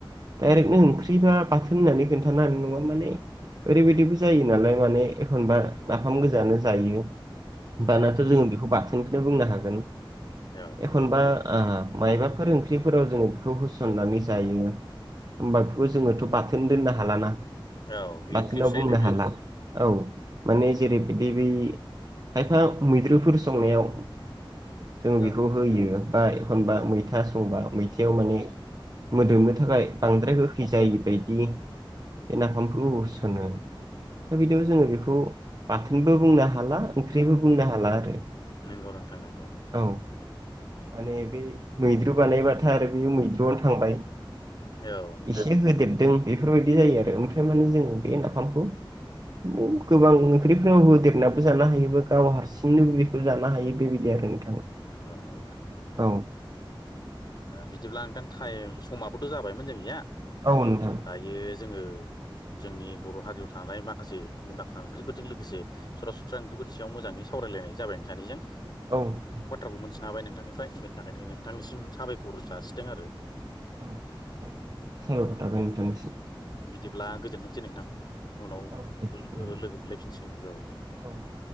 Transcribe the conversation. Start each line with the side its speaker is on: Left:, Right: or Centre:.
Right: डायरेक्टनो ओंख्रिबा बाथोन होननानै खोन्थानो हानाय नङा माने ओरैबायदिबो जायो नालाय माने एखनबा नाफाम गोजानो जायो।
Left: नंगौ
Right: बानाथ
Left: नंगौ
Right: जोङो बेखौ बाथोनखोनो बुंनो हागोन
Left: औ नंगौ
Right: एखनबा
Left: नोंथां
Right: आ मायबाफोर ओंख्रिफोराव जोङो बेखौ होसननानै जायो। होमबा बेखौ जोङोथ बाथोन दोननो हालाना
Left: औ बे
Right: बाथोनाव
Left: ओंख्रियावसो जाहैलायबाय
Right: बुंनो हाला।
Left: आरो
Right: औ माने जेरैबायदि बै खायफा मैद्रुफोर स संनायाव जों
Left: औ
Right: बेखौ
Left: औ नोंथां
Right: होयो बा एखनबा मैथा स बा मैथायाव माने मोदोमनो थाखाय बांद्राय होखैजायैबायदि बे नाफामफोरखौ
Left: नंगौ
Right: हरसनो दा बिदियाव जोङो बेखौ बाथोनबो बुंनो हाला ओंख्रिबो बुंनो हाला आरो
Left: नोंगौ नोंथां नोंगौ।
Right: औ माने बे मैद्रु बानायबाथाय आरो बे मैद्रुआव थांबाय।
Left: औ नंगौ
Right: एसे
Left: नोंथां।
Right: होदेरदों बेफोरबायदि जायो आरो ओमफ्राय माने जोङो बे नाफामखौ <unintelligible> गोबां ओंख्रिफोराव होदेरनाबो जानो हायोब गाव हारसिंनो बेबायदिबो बो जानो हायो बेबायदि आरो नोंथां
Left: नंगौ नंगौ नोंथां ओ
Right: औ
Left: बिदिब्ला नोंथां टाइम स खमाबोथ जाबायमोन जोंनिया
Right: औ नोंथां
Left: दायो जोङो जोंनि बर हारियाव थानाय माखासे मुंदांखा ओंख्रिफोरजों लोगोसे सरासनस्रा ओंख्रिफोरसेयाव मोजां नि सावरायलायनाय जाबा नैसानिजों
Right: औ नोंथां।
Left: <unintelligible> मोनथिनो हाबाय नोंथांनिफ्राय बेनि थाखायनो नोंथांनिसिम साबायखर जासिदों आरो
Right: औ औ साबायखर थाबाय नोंथांनिसिम।
Left: बिदिब्ला गोजोनथोंसै नोंथां। उनाव लो
Right: औ दे होमबा
Left: ओ लोगो मोनलायफिनसिगोन बिदिबाब अ दे नोंथां।
Right: औ दे